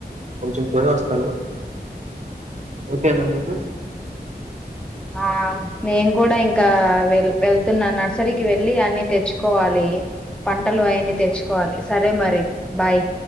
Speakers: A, on the right; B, in the centre.
A: కొంచెం పోయ్యొస్తాను ఓకేనా నీకు
B: ఆ నేను కూడా ఇంకా వెల్ వెళ్తున్నా నర్సరీకి వెళ్ళి అన్నీ తెచ్చుకోవాలి పంటలు అయన్నీ తెచ్చుకోవాలి సరే మరి బాయ్